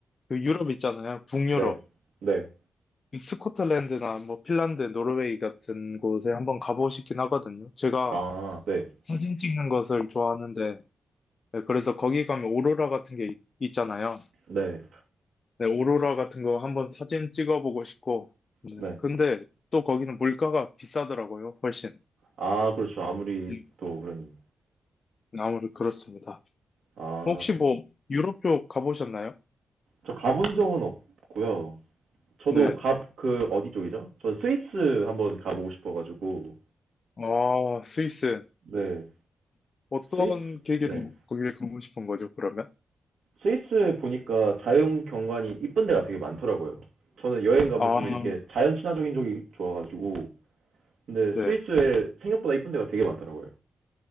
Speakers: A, on the left; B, on the right.
A: 그 유럽 있잖아요. 북유럽.
B: 네, 네.
A: 스코틀랜드나 뭐 핀란드, 노르웨이 같은 곳에 한번 가보고 싶긴 하거든요. 제가
B: 아, 네,
A: 사진 찍는 것을 좋아하는데, 네, 그래서 거기 가면 오로라 같은 게 있- 있잖아요.
B: 네,
A: 네, 오로라 같은 거 한번 사진 찍어보고 싶고, 네,
B: 네.
A: 근데 또 거기는 물가가 비싸더라고요, 훨씬.
B: 아, 그렇죠. 아무리
A: 네,
B: 또 그런,
A: 아무래도 그렇습니다.
B: 아,
A: 혹시 뭐 유럽 쪽 가보셨나요?
B: 저 가본 적은 없고요. 저도
A: 네.
B: 가, 그, 어디 쪽이죠? 저 스위스 한번 가보고 싶어가지고,
A: 아, 스위스.
B: 네,
A: 어떤
B: 스위스,
A: 계기로
B: 네.
A: 거기를 가고 싶은 거죠, 그러면?
B: 스위스에 보니까 자연 경관이 이쁜 데가 되게 많더라고요. 저는 여행 가면
A: 아,
B: 좀 이렇게 자연 친화적인 쪽이 좋아가지고, 근데
A: 네.
B: 스위스에 생각보다 이쁜 데가 되게 많더라고요.